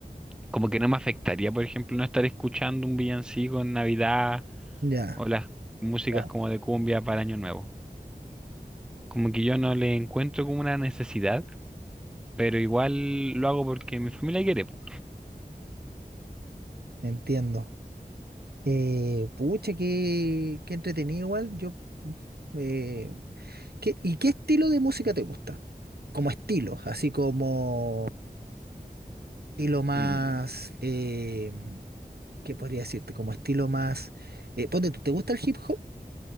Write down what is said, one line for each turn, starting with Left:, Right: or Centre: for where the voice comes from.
Centre: como que no me afectaría, por ejemplo, no estar escuchando un villancico en Navidad
Right: Ya,
Centre: o las músicas
Right: ya,
Centre: como de cumbia para Año Nuevo. Como que yo no le encuentro como una necesidad, pero igual lo hago porque mi familia quiere, po.
Right: entiendo. Eh, pucha, qué, qué entretenido igual. Yo, eh, ¿qué- ¿y qué estilo de música te gusta? Como estilo, así como estilo más,
Centre: Mm,
Right: eh, ¿qué podría decirte? Como estilo más, eh, ponte tú, ¿te gusta el hip hop?